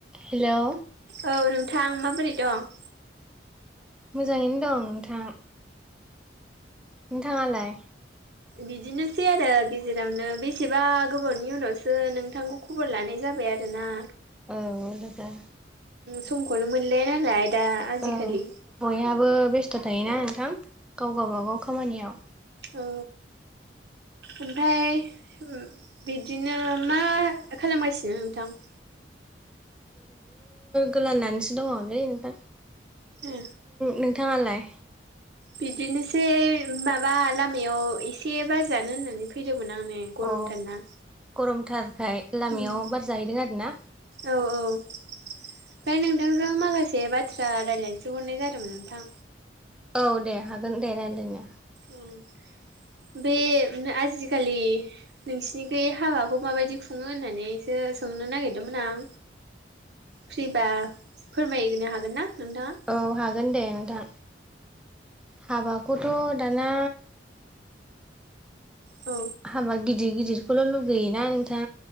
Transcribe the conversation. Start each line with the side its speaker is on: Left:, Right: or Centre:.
Centre: Hello
Right: औ नोंथां माबोरै दं?
Centre: मोजाङैनो दं नोंथां। नोंथाङालाय।
Right: बिदिनोसै आरो गेजेरावनो बेसेबा गोबावनि उनावसो नोंथांखौ खबर लानाय जा बाय आरोना।
Centre: औ लोगो।
Right: समखौनो मोनलाया नालाय दा आजि
Centre: औ
Right: खालि
Centre: बयहाबो बेस्थ' थायोना नोंथां गाव गावबागाव खामानियाव
Right: औ ओमफ्राय बिदिनो मा खालामगासिनो नोंथां? <inaudible>
Centre: गोलांनानैसो दङोलै नोंथां
Right: ए
Centre: नोंथाङालाय?
Right: बिदिनोसै माबा लामायाव एसे बार जानो होननानै फैदों। मोन आं नै गरमथारना।
Centre: अ गरमथारखाय लामायाव
Right: उम
Centre: बार जाहैदों आरोना?
Right: औ औ ओमफ्राय नोंथांजों माखासे बाथ्रा रायज्लायनोसो हरनाय जादोंमोन नोंथां।
Centre: औ दे हागोन दे रायलायनो।
Right: उम बे आजि खालि नोंसिनिखि हाबाखौ माबायदि खुङो होननानैसो सोंनो नागिरदोंमोन आं फ्रिबा फोरमायनो हागोन ना? नोंथाङा
Centre: औ हागोन दे नोंथां हाबाखौथ' दाना
Right: औ
Centre: हाबा गिदिर गिदिरखौल' लुगैयोना नोंथां।